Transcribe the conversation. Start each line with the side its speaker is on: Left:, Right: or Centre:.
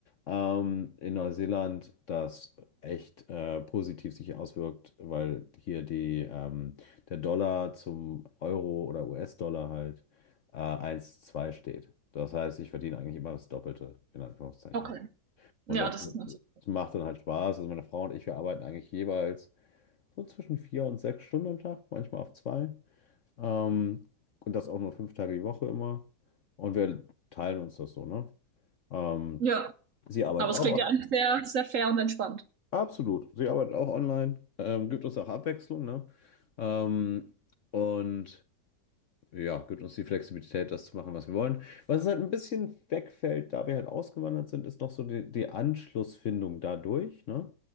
Left: ähm, in Neuseeland das echt äh, positiv sich auswirkt, weil hier die, ähm, der Dollar zum Euro oder US-Dollar halt äh, eins Komma zwei steht. Das heißt, ich verdiene eigentlich immer das Doppelte, in Anführungszeichen.
Right: Okay.
Left: Und
Right: Ja,
Left: das,
Right: das ist natürlich.
Left: das macht dann halt Spaß. Also meine Frau und ich, wir arbeiten eigentlich jeweils so zwischen vier und sechs Stunden am Tag, manchmal auf zwei. Ähm, und das auch nur fünf Tage die Woche immer. Und wir teilen uns das so, ne? Ähm,
Right: Ja,
Left: sie arbeitet
Right: aber es
Left: auch,
Right: klingt ja eigentlich sehr, sehr fair und entspannt.
Left: absolut. Sie arbeitet auch online, ähm, gibt uns auch Abwechslung, ne? Ähm, und ja, gibt uns die Flexibilität, das zu machen, was wir wollen. Was halt ein bisschen wegfällt, da wir halt ausgewandert sind, ist noch so die, die Anschlussfindung dadurch, ne?